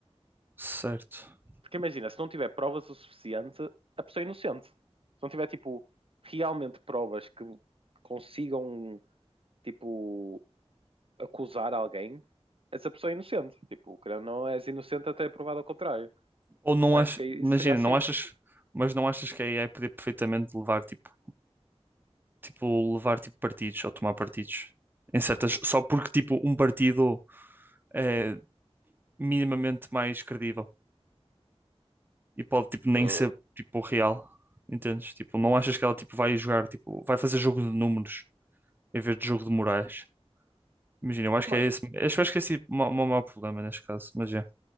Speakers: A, on the right; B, on the right.
A: Certo.
B: Porque imagina, se não tiver provas o suficiente, a pessoa é inocente. Se não tiver, tipo, realmente provas que consigam, tipo, acusar alguém, essa pessoa é inocente. Tipo, querendo ou não és inocente até provado ao contrário.
A: Ou não
B: Eu
A: achas,
B: acho que aí
A: imagina,
B: seria assim.
A: não achas, mas não achas que a AI podia perfeitamente levar tipo, tipo, levar tipo partidos ou tomar partidos em certas, só porque tipo um partido é minimamente mais credível e pode tipo nem
B: Uh,
A: ser tipo real, entendes? Tipo, não achas que ela tipo vai jogar, tipo, vai fazer jogo de números em vez de jogo de morais? Imagina, eu acho
B: mano,
A: que é esse, acho, acho que é esse o ma- o maior problema neste caso, mas é.